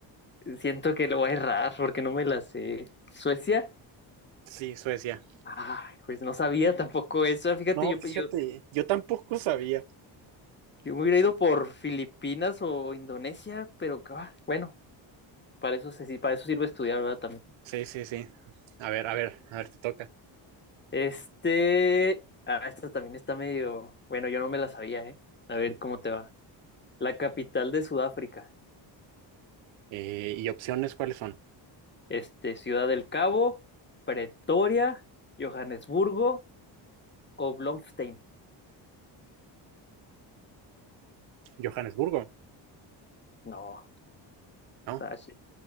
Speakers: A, on the left; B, on the right.
A: siento que lo voy a errar porque no me la sé. ¿Suecia?
B: Sí, Suecia.
A: Ay, pues no sabía tampoco eso. Fíjate,
B: No,
A: yo,
B: fíjate,
A: yo,
B: yo tampoco sabía.
A: yo me hubiera ido por Filipinas o Indonesia, pero ah, bueno, para eso, se- para eso sirve estudiar, ¿verdad? También.
B: Sí, sí, sí. A ver, a ver, a ver, te toca.
A: Este, ah, esta también está medio, bueno, yo no me la sabía, ¿eh? A ver cómo te va. La capital de Sudáfrica.
B: Eh, ¿y opciones cuáles son?
A: Este, Ciudad del Cabo, Pretoria, Johannesburgo o Bloemfontein.
B: Johannesburgo,
A: No,
B: ¿no?
A: está